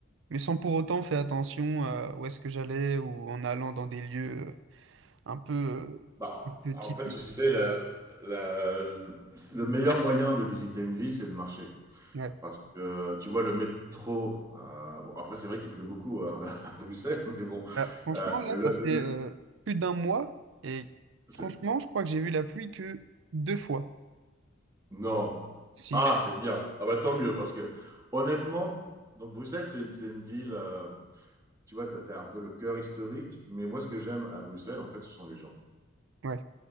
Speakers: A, on the right (about 65°); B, on the right (about 15°).
A: mais sans pour autant faire attention à où est-ce que j'allais ou en allant dans des lieux euh, un peu, euh,
B: bah,
A: un peu
B: en
A: typiques.
B: fait, tu sais, la- la- le meilleur moyen de visiter une ville, c'est de marcher.
A: Ouais.
B: Parce que tu vois, le métro, euh, bon, après, c'est vrai qu'il pleut beaucoup à, <laughs> à Bruxelles, mais bon,
A: Ah, franchement,
B: euh,
A: là,
B: le,
A: ça
B: le-
A: fait euh, plus d'un mois et
B: c'est-
A: franchement, je crois que j'ai vu la pluie que deux fois.
B: Non.
A: Si,
B: Ah, c'est bien. Ah bah tant mieux parce que honnêtement, donc Bruxelles, c'est c'est une ville, heu, tu vois, tu as un peu le cœur historique, mais moi, ce que j'aime à Bruxelles, en fait, ce sont les gens.
A: ouais.